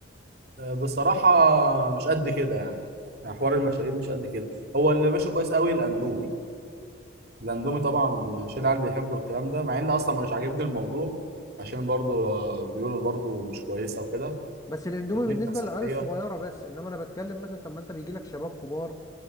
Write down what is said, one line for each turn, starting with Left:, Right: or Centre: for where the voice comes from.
Right: بصراحة مش قد كده يعني يعني حوار المشاريب مش قد كده هو اللي ماشي كويس قوي الاندومي الاندومي
Left: اه
Right: طبعا شيل العيال بيحبوا الكلام ده مع ان اصلا مش عاجبني الموضوع عشان برضو آه، بيقولوا برضو مش كويسة وكده
Left: بس الاندومي
Right: فاهمني
Left: بالنسبة
Right: كصحية
Left: للعيال الصغيرة بس انما انا بتكلم مثلا طب ما انت بيجي لك شباب كبار